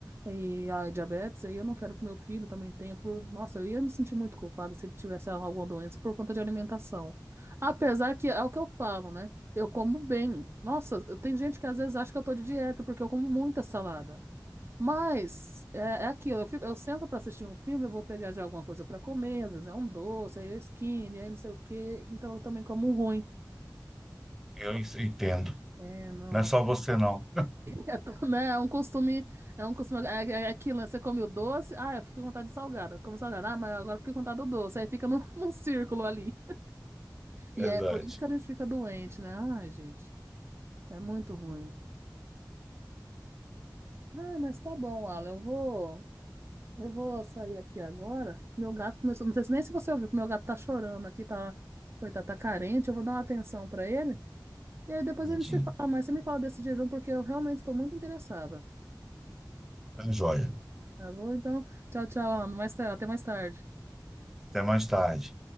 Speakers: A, on the right; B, in the centre.
A: E a diabetes, aí eu não quero que meu filho também tenha por. Nossa, eu ia me sentir muito culpada se ele tivesse alguma doença por conta de alimentação. Apesar que é o que eu falo, né? Eu como bem. Nossa, eu- tem gente que às vezes acha que eu tô de dieta porque eu como muita salada. Mas é, é aquilo, eu fico, eu sento pra assistir um filme, eu vou pegar já alguma coisa pra comer, às vezes é um doce, aí é skinny, aí não sei o quê. Então eu também como ruim.
B: Eu
A: Então,
B: en- entendo.
A: É, não.
B: Não é só você, não.
A: É, tu- né, é um costume, é um costume, é, é é aquilo, né? Você come o doce, ah, eu fiquei com vontade de salgada, como salgada, ah, mas agora eu fiquei com vontade do doce, aí fica num, <laughs> num círculo ali.
B: É,
A: E
B: verdade.
A: é por isso que a gente fica doente, né? Ai, gente, é muito ruim. Ai, mas tá bom, Alan, eu vou, eu vou sair aqui agora. Meu gato começou, não sei se- nem se você ouviu, que meu gato tá chorando aqui, tá, coitado, tá carente, eu vou dar uma atenção pra ele. E aí depois
B: Tadinho.
A: a gente se fala, mas você me fala desse jejum porque eu realmente estou muito interessada,
B: Tá joia.
A: tá bom? Então, tchau, tchau, Alan, mais, ta- até mais tarde.
B: Até mais tarde.